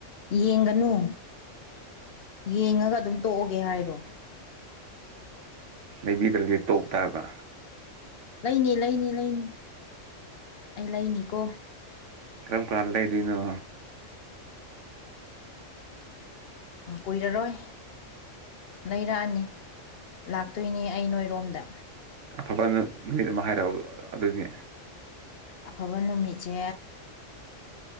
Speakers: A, on the left; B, on the right.
A: ꯌꯦꯡꯒꯅꯨ ꯌꯦꯡꯉꯒ ꯑꯗꯨꯝ ꯇꯣꯛꯑꯣꯒꯦ ꯍꯥꯏꯔꯣ
B: ꯂꯩꯩꯕꯤꯗ꯭ꯔꯗꯤ ꯇꯧꯕ ꯇꯥꯕ
A: ꯂꯩꯅꯤ ꯂꯩꯅꯤ ꯂꯩꯅꯤ ꯑꯩ ꯂꯩꯅꯤꯀꯣ
B: ꯀ꯭ꯔꯝ ꯀꯜꯂ ꯏ ꯏꯅꯣ
A: ꯀꯨꯏꯔꯔꯣꯏ ꯂꯩꯔꯛꯑꯅꯤ ꯂꯥꯛꯇꯣꯏꯅꯦ ꯑꯩ ꯅꯣꯏꯔꯣꯝꯗ
B: ꯑꯐꯕ ꯅꯨꯃꯤꯠ ꯑꯃ ꯍꯥꯏꯔꯛꯑꯣ ꯑꯗꯨꯗꯤ
A: ꯑꯐꯕ ꯅꯨꯃꯤꯠꯁꯦ